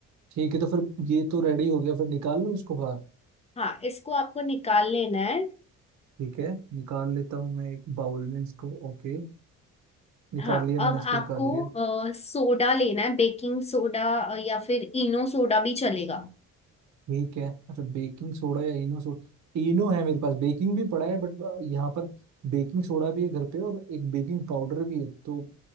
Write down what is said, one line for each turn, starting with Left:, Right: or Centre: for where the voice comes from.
Right: ठीक है तो फिर ये तो रेडी हो गया फिर निकाल लो इसको बाहर
Left: हाँ इसको आपको निकाल लेना है
Right: ठीक है निकाल लेता हूँ मैं एक बाउल में इसको ओके निकाल
Left: हाँ
Right: लिया मैंने
Left: अब
Right: इसको
Left: आपको
Right: निकाल लिया
Left: अ, सोडा लेना है बेकिंग सोडा अ, या फिर इनो सोडा भी चलेगा
Right: ठीक है अच्छा बेकिंग सोडा या इनो सोडा तीनों है मेरे पास बेकिंग भी पड़ा है बट यहाँ पर बेकिंग सोडा भी है घर पे और एक बेकिंग पाउडर भी है तो